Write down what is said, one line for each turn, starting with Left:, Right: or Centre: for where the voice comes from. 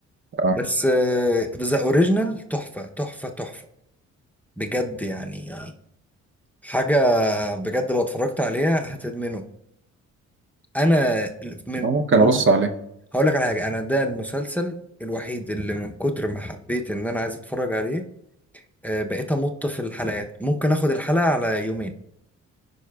Right: اه
Centre: بس ذا أوريجينال تحفة تحفة تحفة بجد يعني حاجة بجد لو اتفرجت عليها هتدمنه انا من
Right: آه، ممكن
Centre: مم.
Right: ابص عليه
Centre: هقول لك على حاجة انا ده المسلسل الوحيد اللي من كتر ما حبيت ان انا عايز اتفرج عليه آه، بقيت امط في الحلقات ممكن اخد الحلقة على يومين